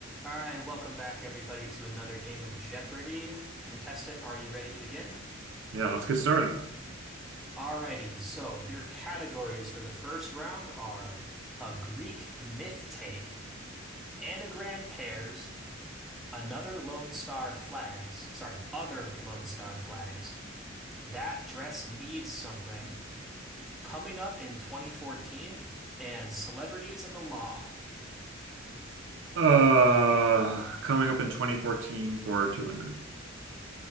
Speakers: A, in the centre; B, on the right (about 65°).
A: All right, welcome back, everybody, to another game of Jeopardy! Contestant, are you ready to begin?
B: Yeah, let's get started.
A: Alrighty, so your categories for the first round are a Greek myth take, anagram pairs, another Lone Star flags, sorry, other Lone Star flags, that dress needs something, coming up in 2014, and celebrities and the law.
B: Uh, coming up in 2014 for 200.